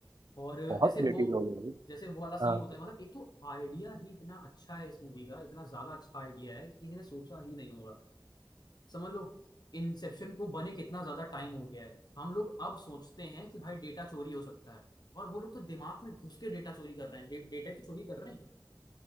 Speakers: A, on the left (about 55°); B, on the right (about 55°).
A: और
B: बहुत
A: जैसे
B: क्रिएटिव
A: वो
B: लोग हैं ये।
A: जैसे वो वाला सीन
B: हाँ
A: होता है मतलब एक तो आइडिया ही इतना अच्छा है इस मूवी का इतना ज्यादा अच्छा आइडिया है कि किसी ने सोचा ही नहीं होगा समझ लो इंसेप्शन को बने कितना ज्यादा टाइम हो गया है हम लोग अब सोचते हैं कि भाई डेटा चोरी हो सकता है और वो लोग तो दिमाग में घुस के डेटा चोरी कर रहे हैं डे, डेटा ही तो चोरी कर रहे हैं